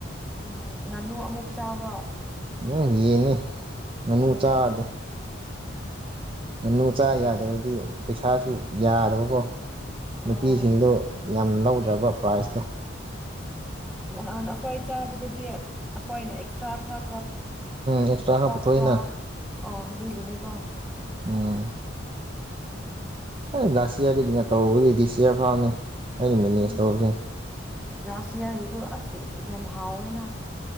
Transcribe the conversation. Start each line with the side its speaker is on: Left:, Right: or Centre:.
Centre: ꯎꯝ ꯉꯥꯅꯨ ꯑꯃꯨꯛ ꯆꯥꯕ꯭ꯔꯣ
Right: ꯎꯝ ꯌꯦꯅꯦ
Centre: ꯑꯣ
Right: ꯉꯥꯅꯨ ꯆꯥꯗꯦ ꯉꯅꯨꯆꯥ ꯌꯥꯗ꯭ꯔꯕꯗꯤ ꯄꯩꯁꯥꯁꯨ ꯌꯥꯗꯕꯀꯣ ꯅꯨꯄꯤꯁꯤꯡꯗꯣ
Centre: ꯑꯣ
Right: ꯌꯥꯝ ꯂꯧ ꯎꯗ꯭ꯔꯕ ꯄ꯭ꯔꯥꯏꯖꯇꯣ
Centre: ꯑ ꯅꯥꯟꯈꯣꯏ ꯆꯥꯕꯗꯨꯗꯤ ꯑꯩꯈꯣꯏꯅ ꯑꯦꯛꯁꯇ꯭ꯔꯥ ꯈꯔ ꯈꯔ ꯎꯝ
Right: ꯑꯦꯛꯁꯇ꯭ꯔꯥ
Centre: ꯂꯧꯊꯣꯛꯄ꯭ꯔꯥ
Right: ꯈꯔ ꯄꯨꯊꯣꯛꯏꯅ
Centre: ꯑ ꯑꯗꯨꯏꯁꯤꯅꯦꯀꯣ
Right: ꯎꯝ ꯍ ꯂꯥꯁ ꯏꯌꯥꯔꯗꯒꯤꯅꯦ ꯇꯧꯕꯕꯨꯗꯤ ꯗꯤꯁ ꯏꯌꯥꯔ ꯐꯥꯎꯅꯤ ꯑꯩꯅ ꯃꯦꯅꯦꯖ
Centre: ꯎꯝ
Right: ꯇꯧꯕꯁꯦ
Centre: ꯂꯥꯁ ꯏꯌꯥꯔꯒꯤꯗꯤ ꯑꯁꯦ ꯌꯥꯝ ꯍꯥꯎꯋꯦꯅ